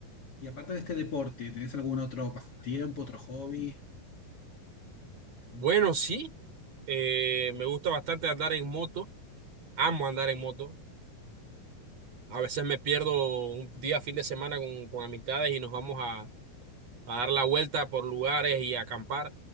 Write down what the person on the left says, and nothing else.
y aparte de este deporte, ¿tenés algún otro pasatiempo, otro hobby?